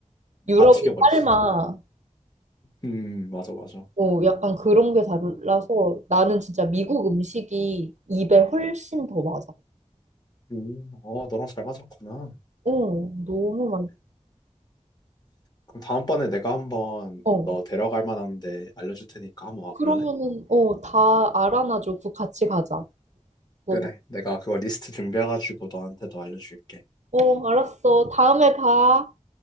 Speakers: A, on the right (about 65°); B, on the left (about 30°).
A: 유럽은
B: 다 튀겨버리지.
A: 삶아.
B: 음, 맞아, 맞아.
A: 어, 약간 그런 게 달라서 나는 진짜 미국 음식이 입에 훨씬 더 맞아.
B: 음, 어, 너랑 잘 맞았구나.
A: 어, 너무
B: 그럼 다음번에 내가 한번
A: 맛있어.
B: 너 데려갈 만한데 알려줄 테니까 한번 와볼래?
A: 그러면은, 어, 다 알아놔줘. 그 같이 가자. 뭐,
B: 그래, 내가 그거 리스트 준비해가지고 너한테도 알려줄게.
A: 어, 알았어. 다음에 봐.